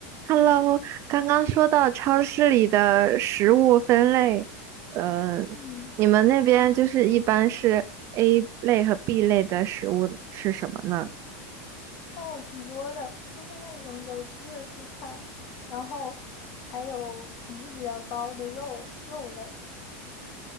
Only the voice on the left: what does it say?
嗯，
哦，挺多的，就是那种有机的蔬菜，然后还有品质比较高的肉肉类。